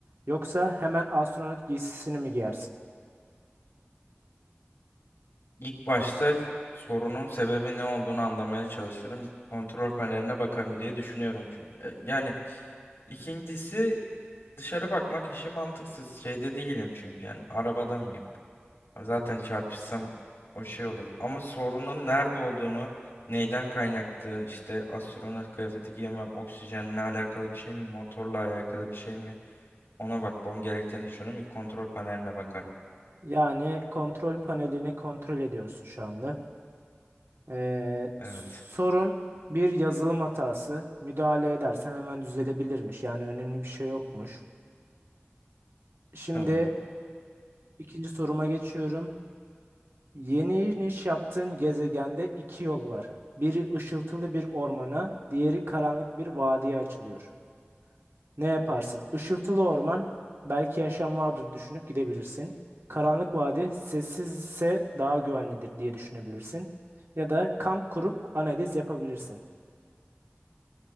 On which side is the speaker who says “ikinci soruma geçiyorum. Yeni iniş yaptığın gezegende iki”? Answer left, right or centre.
Right